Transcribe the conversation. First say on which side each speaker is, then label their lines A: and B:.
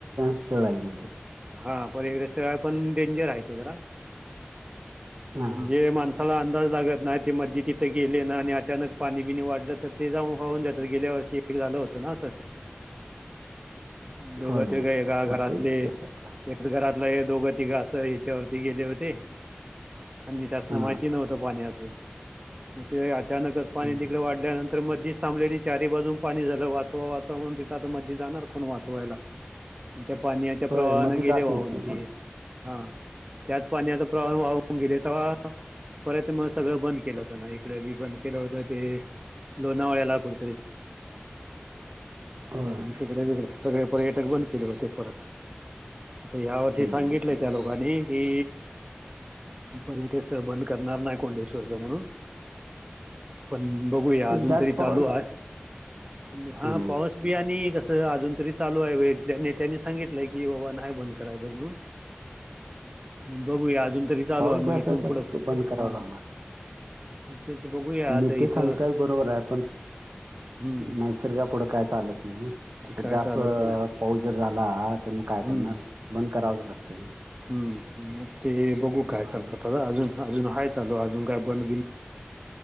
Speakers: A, on the right (about 70°); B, on the right (about 25°).
A: स्थळ आहे मध्ये
B: हा पण एकस पण डेंजर आहेह ते जरा
A: हा
B: म्हणजे माणस असला अंदाज लागत नाही ते मध्ये तिथं गेले ना आणि अचानक पाणी बिणी वाढलं तर ते जाऊन वाहून जात गेल्या वर्षी ठीक झालं होतं ना सर दोघं
A: होय
B: तेघ एका घरातले
A: होतय
B: एकच
A: तस आता
B: घरातलं हे दोघं तिघं असं ह्याच्यावरती गेले होते आणि त्याासना
A: हा
B: माहिती नव्हते. पा अस मग अचानक
A: हम्म
B: पाणी तिकडे वाढल्यानंतर तर मध्येीच थांबलेली चारी बाजून पाणी झालं वाचवा वाचवा म्हण तथं आता म जाणार कोण वाच. वायला त्या पाण्याच्या प्रवाहने
A: होय मध्ये
B: गेले
A: जात
B: वाहून
A: नाहीत नाही
B: ते
A: कोण
B: हा त्याच पाण्याचा प्रवाह वाहून गेले तवा. परत मग सगळं बंद केलं होतं ना इकडे बी बंद केलं होत ते लोणावळ्याला कुठतरी?
A: होय
B: ह तिकडे बिकडे सगळे पर्यटक बंद केले होते परत आता या वर्षी
A: हम्म
B: सांगितलंय त्या लोकांनी कि परक स्थळ बंद करणार नाही कोंडेश्वरच म्हणून पण बघूया अजून
A: जास्त
B: तरी चालू
A: पाऊस
B: आहे हा
A: हम्म
B: पाऊस बि आणि कसं अजून तरी चालू आहे वेळ नेत्यांनी सांगितलंय की बाबा नाही बंद करायचं म्हणून
A: रीकाम आहे.
B: बघूया अजून तरी चालू
A: पाऊस
B: आहे मग
A: जास्त
B: इथून
A: असला
B: पुढं
A: तर ते बंद करावं
B: हा
A: लागणार.
B: तेच बघूया.
A: नेते
B: आता इथं
A: सांगतात बरोबर आहे पण
B: हम्म
A: नैसर्गापुढं काय चालत नाही. कुठे
B: काय
A: जास्त
B: चालत नाही
A: पाऊस जर झाला तर मग काय
B: हम्म
A: करणार बंद करावंच लागतं.
B: हम्म मग ते बघू काय
A: ह
B: करतात आता अजून. अजून आहे चालू अजून काही बन